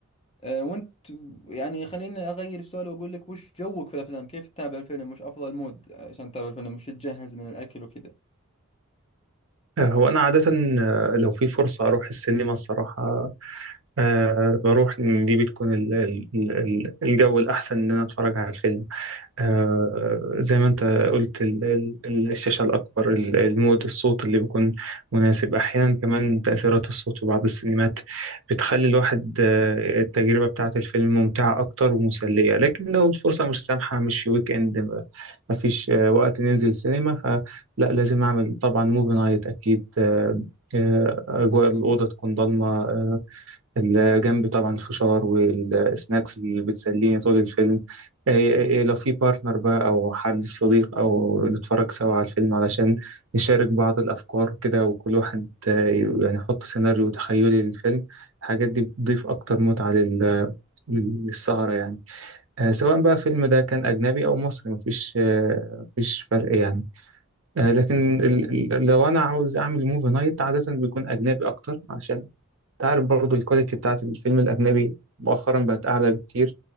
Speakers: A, on the left; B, on the right.
A: آه، وأنت يعني خليني أغير السؤال وأقول لك وش جوك في الأفلام كيف تتابع الفيلم وش أفضل مود عشان تتابع الفيلم وش تجهز من الأكل وكذا
B: آه، هو انا عاده آه، لو في فرصه اروح السينما الصراحه آه، بروح لأن دي بتكون ال- ال- ال- الجو الاحسن ان انا اتفرج على الفيلم آه، زي ما انت قلت ال- ال- ال- الشاشة الأكبر ال- المود الصوت اللي بيكون مناسب أحيانا كمان تأثيرات الصوت في بعض السينمات بتخلي الواحد آه، التجربة بتاعة الفيلم ممتعة أكتر ومسلية لكن لو الفرصة مش سامحة مش في ويك إند ما- مفيش آه، وقت ننزل سينما فلا لازم أعمل طبعا موفي نايت أكيد آه، آه، أجواء الأوضة تكون ضلمة آه، اللي جنبي طبعا الفشار والسناكس اللي بتسليني طول الفيلم إيه- إيه لو في بارتنر بقى أو حد صديق أو نتفرج سوا على الفيلم علشان نشارك بعض الأفكار وكده وكل واحد آه، يعني يحط سيناريو تخيلي للفيلم الحاجات دي بتضيف أكتر متعة لل للسهرة يعني آه، سواء بقى الفيلم ده كان أجنبي أو مصري مفيش آه، مفيش فرق يعني آه، لكن ال- ال- لو أنا عاوز أعمل موفي نايت عادة بيكون أجنبي أكتر عشان تعرف برضو الكواليتي بتاعت الفيلم الأجنبي مؤخرا بقت أعلى بكتير